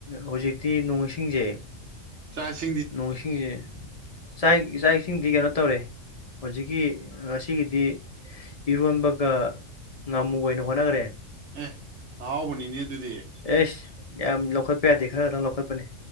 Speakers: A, on the left; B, on the right.
A: ꯍꯧꯖꯤꯛꯇꯤ ꯅꯣꯡ ꯏꯁꯤꯡꯖꯦ
B: ꯆꯥꯛ ꯏꯁꯤꯡꯗꯤ
A: ꯅꯣꯡ ꯏꯁꯤꯡꯖꯦ ꯆꯥꯛ ꯆꯥꯛ ꯏꯁꯤꯡꯗꯤ ꯀꯩꯅꯣ ꯇꯧꯔꯦ ꯍꯧꯖꯤꯛꯀꯤ ꯉꯁꯤꯒꯤꯗꯤ ꯏꯔꯣꯟꯕꯒ ꯉꯥꯃꯨ ꯑꯣꯏꯅ ꯍꯣꯠꯅꯒꯔꯦ
B: ꯑꯦꯍ ꯑꯍꯥꯎꯕꯅꯤꯅꯦ ꯑꯗꯨꯗꯤ
A: ꯑꯦꯁ ꯌꯥꯝ ꯂꯧꯈꯠꯄ ꯌꯥꯗꯦ ꯈꯔ ꯈꯛꯇꯪ ꯂꯧꯈꯠꯄꯅꯤ